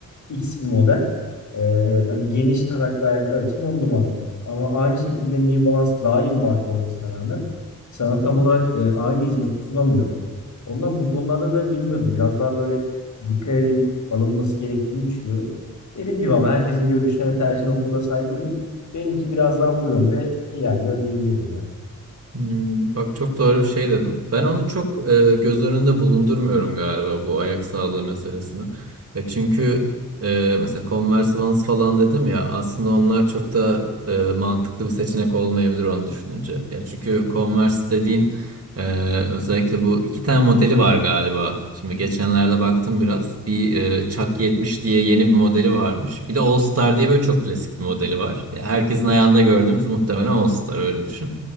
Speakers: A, on the left; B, on the right.
A: X bir model. Ee, hani geniş taraklı ayaklar için on numara. Ama aynı şekilde New Balance daha iyi bir marka olmasına rağmen sana tam olarak e, aynı hizmeti sunamıyor. Ondan bu konularda da bilmiyorum. Biraz daha böyle dikkat edin alınması gerektiğini düşünüyorum. Dediğim gibi ama herkesin görüşüne ve tercihine o konuda saygılıyım. Benimki biraz daha bu yönde ilerliyor diyebilirim ya.
B: Hmm, bak çok doğru bir şey dedim. Ben onu çok e, göz önünde bulundurmuyorum galiba bu ayak sağlığı meselesini. E, çünkü e, mesela Converse Vans falan dedim ya aslında onlar çok da e, mantıklı bir seçenek olmayabilir onu düşününce. Ya çünkü Converse dediğin e, özellikle bu iki tane modeli var galiba. Şimdi geçenlerde baktım biraz. Bir e, Chuck 70 diye yeni bir modeli varmış. Bir de All Star diye böyle çok klasik bir modeli var. Ya herkesin ayağında gördüğümüz muhtemelen All Star öyle düşün.